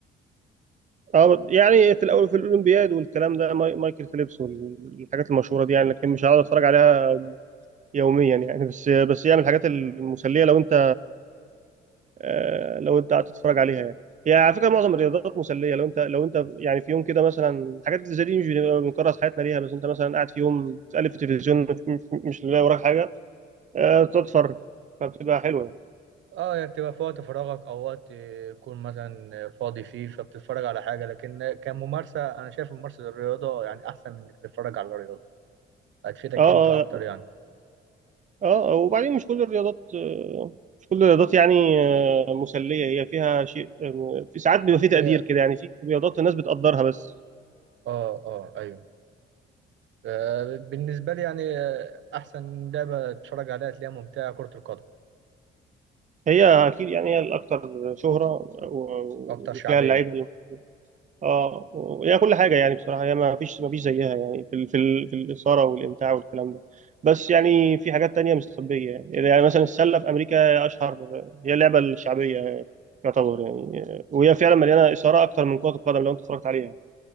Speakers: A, on the right; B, on the right.
A: اه يعني في الاول في الاولمبياد والكلام ده ماي- مايكل فيليبس والحاجات المشهوره دي يعني لكن مش هقعد اتفرج عليها يوميا يعني بس بس هي من الحاجات المسليه لو انت آه، لو انت قاعد تتفرج عليها يعني هي على فكره معظم الرياضات مسليه لو انت لو انت يعني في يوم كده مثلا الحاجات اللي زي دي مش بنبقى بنكرس حياتنا ليها بس انت مثلا قاعد في يوم تقلب في التلفزيون مش مش لاقي وراك حاجه آه، تقعد تتفرج فبتبقى حلوه يعني
B: اه يعني بتبقى في وقت فراغك او وقت يكون مثلا فاضي فيه فبتتفرج على حاجه لكن كممارسه انا شايف ممارسه الرياضه يعني احسن من انك تتفرج على الرياضه هتفيدك
A: اه
B: انت اكتر
A: اه
B: يعني
A: اه آه، وبعدين مش كل الرياضات آه، مش كل الرياضات يعني آه، مسليه هي فيها شيء آه، في ساعات بيبقى في تقدير
B: هي
A: كده يعني في رياضات الناس بتقدرها بس
B: اه اه ايوه آه، بالنسبه لي يعني آه، احسن لعبه تتفرج عليها تلاقيها ممتعه كره القدم
A: هي اكيد يعني هي الاكثر شهره و-
B: اكتر شعبيه
A: وفيها اللعيبه اللي- اه وهي كل حاجه يعني بصراحه هي ما فيش ما فيش زيها يعني في ال- في ال- في الاثاره والامتاع والكلام ده بس يعني في حاجات تانية مستخبيه يعني يعني مثلا السله في امريكا اشهر هي اللعبه الشعبيه يعتبر يعني وهي فعلا مليانه اثاره اكتر من كره القدم لو انت اتفرجت عليها